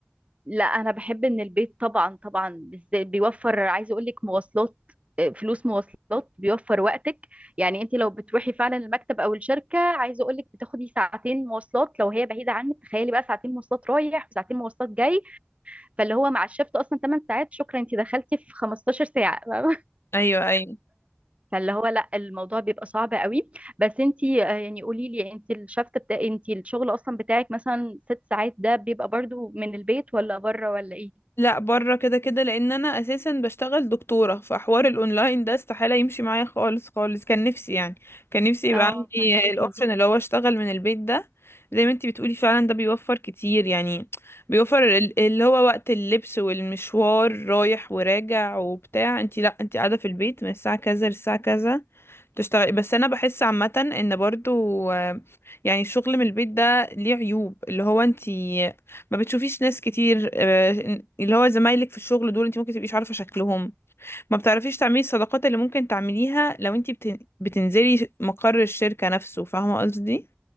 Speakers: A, on the right; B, on the left.
A: لا انا بحب ان البيت طبعا طبعا بالذات بيوفر عايزه اقول لك مواصلات آه، فلوس مواصلات بيوفر وقتك يعني انت لو بتروحي فعلا المكتب او الشركه عايزه اقول لك بتاخدي ساعتين مواصلات لو هي بعيده عنك تخيلي بقى ساعتين مواصلات رايح وساعتين مواصلات جاي فاللي هو مع الشفت اصلا 8 ساعات شكرا انت دخلتي في 15 ساعه <laughs>
B: ايوه ايوه
A: فاللي هو لا الموضوع بيبقى صعب قوي بس انت آه، يعني قولي لي انت الشفت بتاع انت الشغل اصلا بتاعك مثلا ست ساعات ده بيبقى برضو من البيت ولا بره ولا ايه
B: لا بره كده كده لان انا اساسا بشتغل دكتورة فحوار الاونلاين ده استحالة يمشي معايا خالص خالص كان نفسي يعني كان نفسي
A: اه
B: يبقى عندي
A: فهماكي
B: الاوبشن اللي هو اشتغل من البيت ده زي ما انت بتقولي فعلا ده بيوفر كتير يعني بيوفر ال- اللي هو وقت اللبس والمشوار رايح وراجع وبتاع انت لا انت قاعدة في البيت من الساعة كذا للساعة كذا تشتغلي بس انا بحس عامه ان برضو آه، يعني الشغل من البيت ده ليه عيوب اللي هو انت ما بتشوفيش ناس كتير آه، اللي هو زمايلك في الشغل دول انت ممكن تبقيش عارفه شكلهم ما بتعرفيش تعملي الصداقات اللي ممكن تعمليها لو انت بتنزلي مقر الشركه نفسه فاهمه قصدي